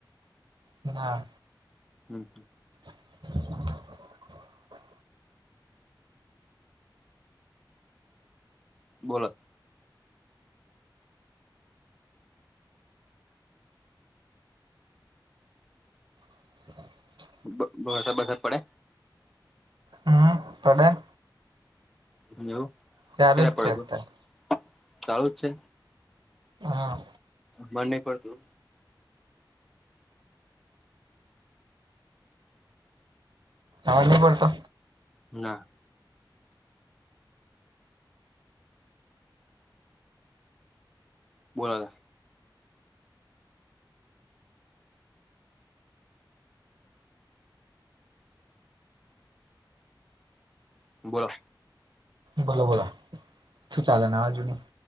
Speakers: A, on the right; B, in the centre.
A: ના
B: હમ
A: <unintelligible>
B: બોલો
A: <inaudible>
B: બ બ બધા પડે
A: હમ પડે
B: એવું
A: ચાલુ
B: ક્યારે
A: જ
B: પડે
A: છે અત્યારે
B: તો ચાલુ જ છે.
A: હા.
B: મને પડતું
A: આવાજ ની પડતો
B: ના. બોલો તો બોલો.
A: બોલો બોલો શું ચાલે નવા જુની